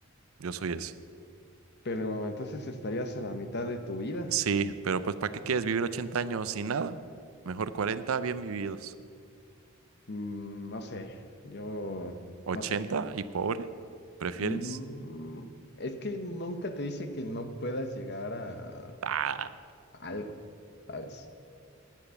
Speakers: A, on the right; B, on the left.
A: yo soy ese.
B: Pero entonces estarías a la mitad de tu vida.
A: Sí, pero pues ¿para qué quieres vivir 80 años sin nada? Mejor 40 bien vividos.
B: Mm, no sé, yo
A: 80
B: no sé.
A: y pobre, ¿prefieres?
B: Mm, es que nunca te dice que no puedas llegar a
A: Ah,
B: a algo, ¿sabes?